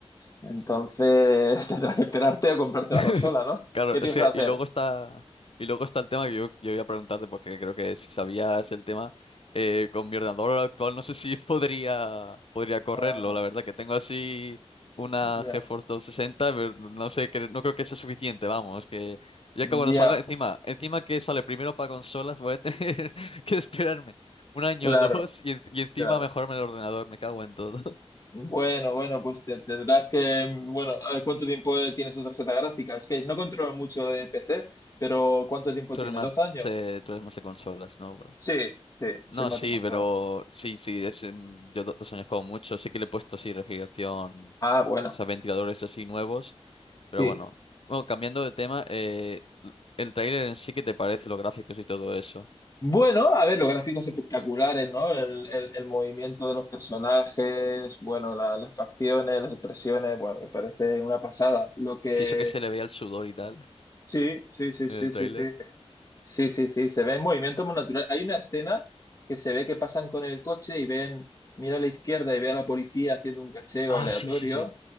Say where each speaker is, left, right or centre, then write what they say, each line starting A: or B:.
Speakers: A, on the left; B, on the left.
A: Entonces
B: <laughs> Ya.
A: <laughs> tendrás que esperarte a comprarte
B: <laughs>
A: la consola, ¿no?
B: Claro,
A: ¿Qué piensas
B: es que,
A: hacer?
B: y luego está, y luego está el tema que yo, yo voy a preguntarte, porque creo que si sabías el tema, eh, con mi ordenador actual no sé si <laughs> podría, podría correrlo,
A: Ah,
B: la verdad que tengo así una
A: ya,
B: GeForce 260, pero no sé, que, no creo que sea suficiente, vamos, que ya que cuando
A: ya,
B: salga, encima, encima que sale primero para consolas, voy a tener <laughs> que esperarme un año
A: claro,
B: o dos y, en- y encima
A: claro.
B: mejorarme el ordenador, me cago en todo.
A: Bueno, bueno, pues te- tendrás que, bueno, a ver, ¿cuánto tiempo tiene su tarjeta gráfica? Es que no controlo mucho de PC, pero ¿cuánto tiempo
B: <laughs> Tú
A: tiene?
B: eres más,
A: ¿Dos años?
B: eh, tú eres más de consolas, ¿no? Bueno.
A: Sí, sí,
B: No,
A: soy más
B: sí,
A: de consola.
B: pero sí, sí, es, em, yo do- dos años como mucho. Sí que le he puesto, sí, refrigeración,
A: Ah, bueno,
B: o sea, ventiladores así nuevos, pero
A: sí.
B: bueno. Bueno, cambiando de tema, eh, l- el tráiler en sí, ¿qué te parece? Los gráficos y todo eso.
A: Bueno, a ver, los gráficos espectaculares, ¿no? El, el- el movimiento de los personajes, bueno, la- las facciones, las expresiones, bueno, me parece una pasada. Lo que...
B: Sí, eso que se le veía el sudor y tal
A: Sí, sí, sí,
B: en
A: sí,
B: el
A: sí,
B: tráiler.
A: sí. Sí, sí, sí, se ve en movimiento muy natural. Hay una escena que se ve que pasan con el coche y ven, mira a la izquierda y ve a la policía haciendo un cacheo
B: Ah,
A: aleatorio
B: sí, sí, sí.